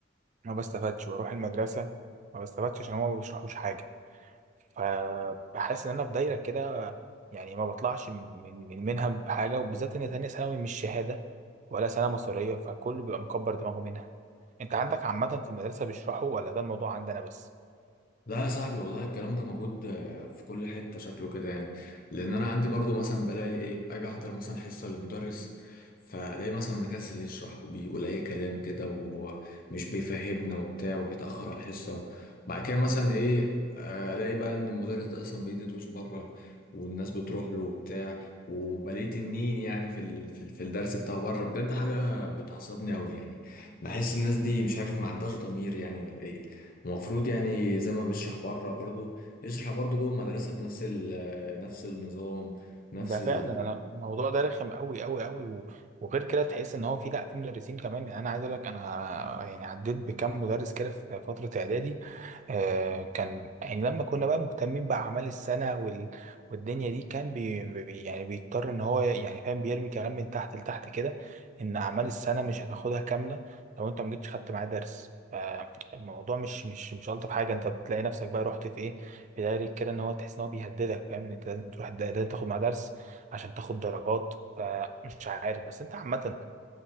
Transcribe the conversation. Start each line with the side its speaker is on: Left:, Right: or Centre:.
Right: ما بستفادش واروح المدرسه ما بستفادش عشان هما ما بيشرحوش حاجه فبحس ان انا في دايره كده يعني ما بطلعش من من من منها بحاجه وبالذات ان تانية ثانوي مش شهاده ولا سنه مصريه فكله بيبقى مكبر دماغه منها انت عندك عامه في المدرسه بيشرحوا ولا ده الموضوع عندنا بس
Left: لا يا صاحبي والله الكلام ده موجود آه، في كل حتة شكله كده يعني لأن أنا عندي برضو مثلا بلاقي إيه أجي أحضر مثلا حصة للمدرس فلاقي مثلا مكسل يشرح وبيقول أي كلام كده ومش بيفهمنا وبتاع وبيتأخر على الحصة بعد كده مثلا إيه آه، ألاقي بقى إن المدرس ده أصلا بيدي دروس بره والناس بتروح له وبتاع وبلاقي تنين يعني في ال... في ال- في الدرس بتاعه بره بجد حاجة بتعصبني أوي يعني بحس الناس دي مش عارف ما عندهاش ضمير يعني ولا إيه المفروض يعني زي ما بيشرح بره برضو يشرح برضو جوه المدرسة بنفس ال نفس النظام نفس
Right: ده
Left: ال-
Right: فعلا انا الموضوع ده رخم قوي قوي قوي و... وغير كده تحس ان هو في لا في مدرسين كمان يعني انا عايز اقول لك انا يعني عديت بكم مدرس كده في فتره اعدادي آه، كان يعني لما كنا بقى مهتمين بأعمال السنة وال... والدنيا دي كان بي... بي... يعني بيضطر إن هو يعني فاهم بيرمي كلام من تحت لتحت كده إن أعمال السنة مش هتاخدها كاملة لو أنت ما جيتش خدت معاه درس فالموضوع مش مش مش ألطف حاجة أنت بتلاقي نفسك بقى رحت في إيه في دايرة كده إن هو تحس إن هو بيهددك فاهم إن أنت لازم تروح الد- لازم تاخد معاه درس عشان تاخد درجات فمش عارف بس أنت عامة